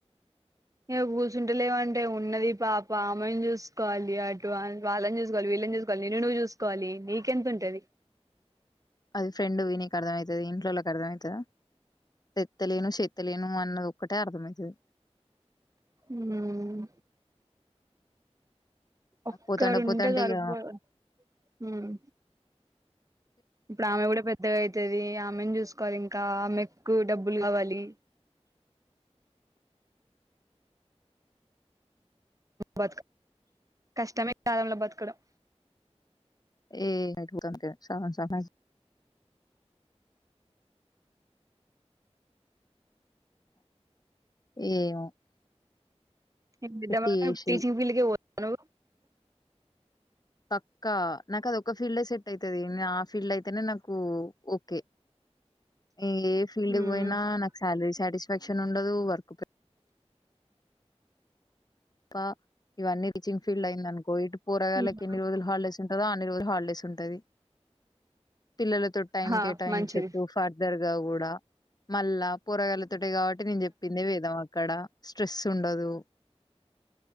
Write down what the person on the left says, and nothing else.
అది ఫ్రెండ్‌వి నీకర్థమైతది. ఇంట్లోళ్ళకి అర్థమైతదా? తెత్తలేను, చేత్తలేను అన్నదొక్కటే అర్థమైతది.
పోతాంటే పోతాంటే
ఇగ
ఏ పోతాంటే సగం సగం ఏమో
పెట్టి
చేసి
పక్కా నాకు అది ఒక ఫీల్డే సెట్ అయితది ఆ ఫీల్డ్ అయితేనే నాకు ఓకే ఏ ఫీల్డ్
పోయినా నాకు శాలరీ సాటిస్ఫాక్షన్ ఉండదు వర్క్ ప ఇవన్నీ టీచింగ్ ఫీల్డ్ అయింది అనుకో ఇటు పోరగాళ్ళకి
ఎన్ని రోజులు హాలిడేస్ ఉంటదో అన్ని రోజులు హాలిడేస్ ఉంటది పిల్లలతో టైం
కేటాయించచ్చు
ఫర్దర్ గా కూడా మళ్ళా పోరగాళ్ళతోటే కాబట్టి నేను చెప్పిందే వేదం అక్కడ స్ట్రెస్ ఉండదు